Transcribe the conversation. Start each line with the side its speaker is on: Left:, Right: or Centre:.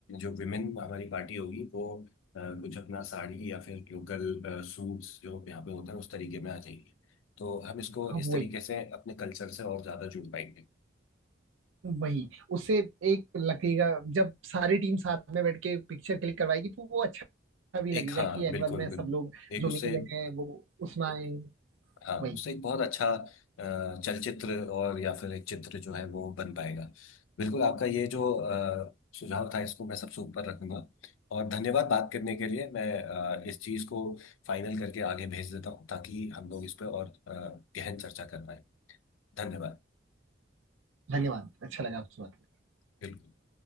Left: जो विमेन हमारी पार्टी होगी वो अ, कुछ अपना साड़ी या फिर लोकल सूट्स जो यहाँ पे होते हैं उस तरीके में आ जाएंगी तो हम इसको
Right: हाँ
Left: इस
Right: वही
Left: तरीके से अपने कल्चर से और ज़्यादा जुड़ पाएंगे
Right: वही उससे एक लगेगा जब सारी टीम साथ में बैठ के पिक्चर क्लिक करवाएगी तो वो अच्छा भी लगेगा
Left: एक हाँ
Right: कि एनुअल
Left: बिल्कुल
Right: में
Left: बिल्कुल
Right: सब लोग
Left: एक
Right: जो
Left: उससे
Right: मिले हैं वो उसमें आए
Left: हाँ
Right: वही
Left: उससे एक बहुत अच्छा अ, चलचित्र और या फिर एक चित्र जो है वो बन पाएगा बिल्कुल आपका ये जो अ, सुझाव था इसको मैं सबसे ऊपर रखूंगा और धन्यवाद बात करने के लिए मैं अ, इस चीज़ को फाइनल करके आगे भेज देता हूँ ताकि हम लोग इस पर और अ, गहन चर्चा कर पाए धन्यवाद
Right: धन्यवाद अच्छा लगा आपसे बात
Left: बिल्कुल